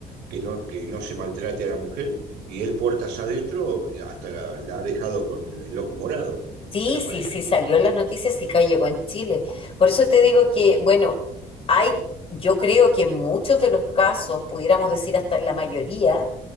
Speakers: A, on the right; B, on the left.
A: que, no, que no se maltrate a la mujer, y él puertas adentro hasta la, la ha dejado con el ojo morado
B: Sí,
A: a la
B: sí,
A: pareja.
B: sí, salió en las noticias y acá llegó en Chile. Por eso te digo que, bueno, hay, yo creo que en muchos de los casos, pudiéramos decir hasta en la mayoría,